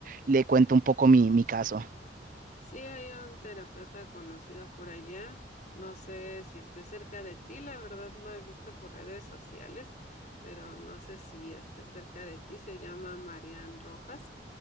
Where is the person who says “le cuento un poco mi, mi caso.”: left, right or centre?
Right